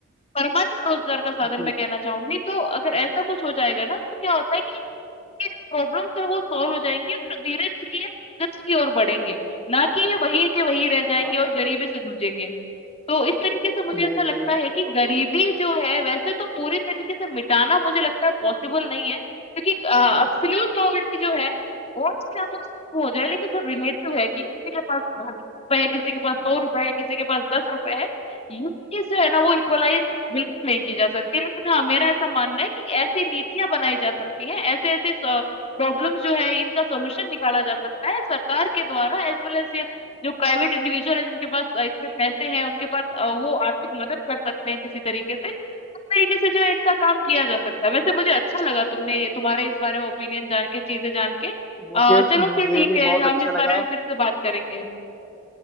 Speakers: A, on the left (about 30°); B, in the centre.
A: परमानेंट रोजगार का साधन
B: जी
A: मैं कहना
B: जी
A: चाहूंगी तो अगर ऐसा कुछ हो जाएगा ना तो क्या होता है कि ये प्रॉब्लम्स है वो सॉल्व हो जाएंगी और धीरे धीरे ये प्रगति की ओर बढ़ेंगे ना कि ये वही के वही रह जाएंगे
B: हाँ
A: और गरीबी से जूझेंगे तो इस तरीके से मुझे
B: नहीं
A: ऐसा लगता
B: नहीं बिल्कुल
A: है कि गरीबी
B: बिल्कुल
A: जो है वैसे तो पूरी तरीके से मिटाना मुझे लगता है पॉसिबल नहीं है क्योंकि अब्सोल्यूट पॉवर्टी जो है वो चाहे आप उसको हो जाए लेकिन जो रिलेटिव है कि किसी के पास 100 रुपए है किसी के पास सौ रुपए है किसी के पास दस रुपए है ये चीज जो है ना वो इक्वलाइज बिल्कुल नहीं की जा सकती लेकिन हाँ मेरा ऐसा मानना है कि ऐसी नीतियां बनाई जा सकती हैं ऐसे ऐसे प्रॉब्लम जो है इनका सोल्यूशन निकाला जा सकता है सरकार के द्वारा एज वेल एज जो प्राइवेट इंडिविजुअल है जिनके पास अ, इतने पैसे हैं उनके पास अ, वो आर्थिक मदद कर सकते हैं किसी तरीके से उस तरीके से जो है इनका काम किया जा सकता है वैसे मुझे अच्छा लगा तुमने ये- तुम्हारे इस बारे में ओपिनियन जान के चीजें जान के
B: मुझे
A: अ, चलो
B: मुझे
A: फिर ठीक
B: भी
A: है
B: बहुत
A: हम
B: अच्छा
A: इस
B: लगा
A: बारे में फिर से बात करेंगे